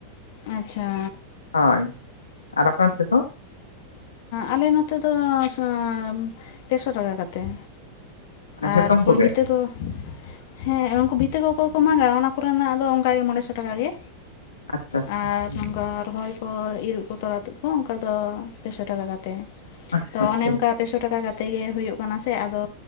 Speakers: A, on the left; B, on the left.
A: ᱟᱪᱪᱷᱟ,
B: ᱦᱳᱭ ᱟᱨ ᱟᱯᱮ ᱚᱱᱛᱮ ᱫᱚ
A: ᱟᱞᱮ ᱱᱚᱛᱮ ᱫᱚ ᱥᱸ ᱯᱮᱥᱚ ᱴᱟᱠᱟ ᱠᱟᱛᱮᱫ
B: ᱢᱟᱱᱮ
A: ᱟᱨ
B: ᱡᱷᱚᱛᱚᱢ
A: ᱚᱠᱚᱭ
B: ᱠᱚᱜᱮ
A: ᱵᱷᱤᱛᱟᱹ ᱠᱚ ᱦᱮᱸ ᱩᱱᱠᱩ ᱵᱷᱤᱛᱟᱹ ᱠᱚ ᱚᱠᱚᱭ ᱠᱚ ᱢᱟᱜᱟ ᱚᱱᱟ ᱠᱚᱨᱮᱱᱟᱜ ᱫᱚ ᱚᱱᱠᱟ ᱜᱮ ᱢᱚᱬᱮᱸ ᱥᱚ ᱴᱟᱠᱟ ᱜᱮ᱾
B: ᱟᱪᱪᱷᱟ ᱟᱪᱪᱷᱟ
A: ᱟᱨ
B: ᱟᱪᱪᱷᱟ
A: ᱱᱚᱝᱠᱟ
B: ᱵᱮᱥ,
A: ᱨᱚᱦᱚᱭ ᱠᱚ ᱤᱨᱚᱜ ᱠᱚ ᱛᱚᱲᱟ ᱛᱩᱫ ᱠᱚ ᱚᱱᱠᱟ ᱫᱚ ᱯᱮᱥᱚ ᱴᱟᱠᱟ ᱠᱟᱛᱮᱫ,
B: ᱟᱪᱪᱷᱟ
A: ᱛᱚ ᱚᱱᱮ
B: ᱟᱪᱪᱷᱟ
A: ᱚᱱᱠᱟ ᱯᱮᱥᱚ ᱴᱟᱠᱟ ᱠᱟᱛᱮ ᱜᱮ ᱦᱩᱭᱩᱜ ᱠᱟᱱᱟ ᱥᱮ ᱟᱫᱚ